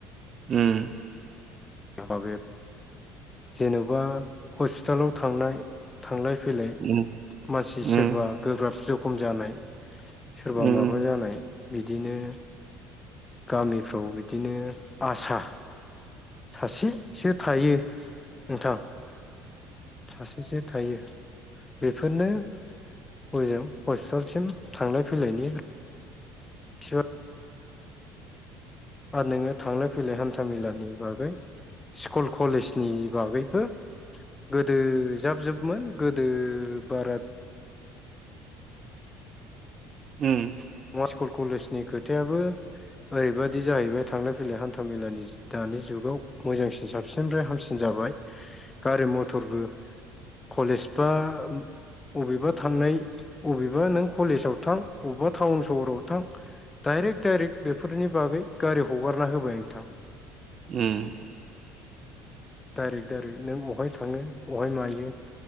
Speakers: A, on the right; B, on the left.
A: उम
B: <unintelligible> जेनेबा हस्पिटालाव थांनाय थांलाय फैलाय
A: उम
B: मानसि सोरबा
A: उम
B: गोब्राब जखम जानाय सोरबा
A: उम
B: माबा जानाय बिदिनो गामिफ्राव बिदिनो आसा सासेसो थायो नोंथां सासेसो थायो बेफोरनो हजों हस्पिटालसिम थांलाय फैलायनि आरो आर नोङो थांलाय फैलाय हान्था मेलानि बाग स्कुल कलेजनि बागैबो गोदो जाब जोबमोन गोदो बारा
A: ओम
B: नङा स्कुल कलेजनि खोथायाबो ओरैबादि जाहैबाय थांलाय फैलाय हान्था मेलानि दानि जुगाव मोजांसिन साबसिननिफ्राय हामसिन जाबाय गारि मथरबो कलेज बा बबेबा थांनाय बबेबा नों कलेजाव थां अबेबा टाउन सहराव थां डाइरेक्ट डाइरेक्ट बेफोरनि बागै गारि हगारना होबाय नोंथां
A: ओम
B: डाइरेक्ट डाइरेक्ट नों बहाय थाङो बहाय मायो